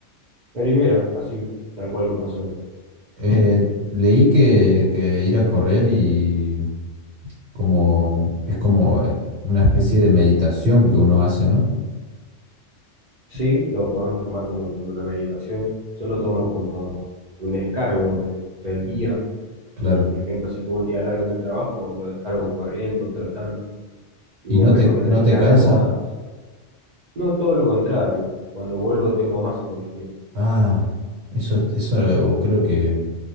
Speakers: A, on the right; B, on the right.
A: me libera, así, tal cual como suena.
B: Eh, leí que, que ir a correr y como es como eh, una especie de meditación que uno hace, ¿no?
A: Sí, lo podemos tomar como, como una meditación. Yo lo tomo como un descargo de- del día.
B: Claro.
A: Por ejemplo, si tuve un día largo en el trabajo, lo descargo corriendo, trotando,
B: ¿Y
A: y volvés
B: no te,
A: con energías
B: no te cansas?
A: renovadas. No todo lo contrario. Cuando vuelvo tengo más energías.
B: Ah, eso, eso lo- creo que,